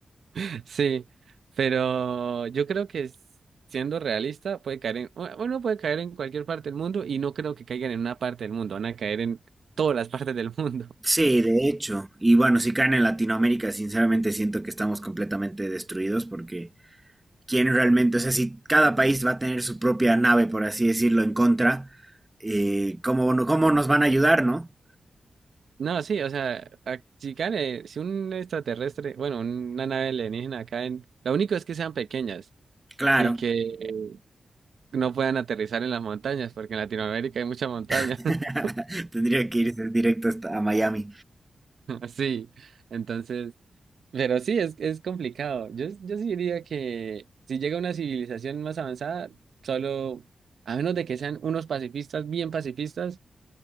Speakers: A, on the right; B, on the right.
A: <laughs> sí, pero yo creo que s- siendo realista puede caer en, u- uno puede caer en cualquier parte del mundo y no creo que caigan en una parte del mundo, van a caer en todas las <laughs> partes del mundo.
B: Sí, de hecho. Y bueno, si caen en Latinoamérica, sinceramente siento que estamos completamente destruidos porque ¿quién realmente? O sea, si cada país va a tener su propia nave, por así decirlo, en contra, eh, ¿cómo, no- cómo nos van a ayudar, no?
A: No, sí, o sea, a- si caen, eh, si un extraterrestre, bueno, una nave alienígena caen, lo único es que sean pequeñas.
B: Claro.
A: y que no puedan aterrizar en las montañas, porque en Latinoamérica hay mucha montaña.
B: <laughs>
A: <laughs>
B: Tendría que irse directo hasta a Miami.
A: Sí, entonces, pero sí, es, es complicado. Yo, yo sí diría que si llega una civilización más avanzada, solo, a menos de que sean unos pacifistas, bien pacifistas,